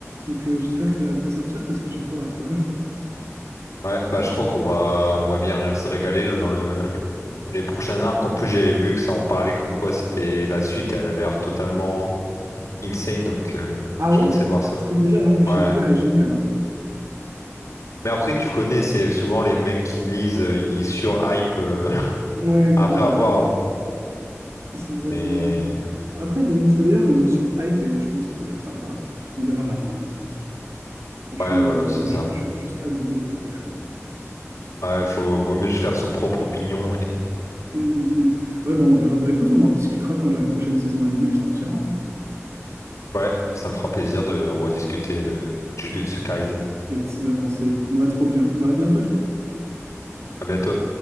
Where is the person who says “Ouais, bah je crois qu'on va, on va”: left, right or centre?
Left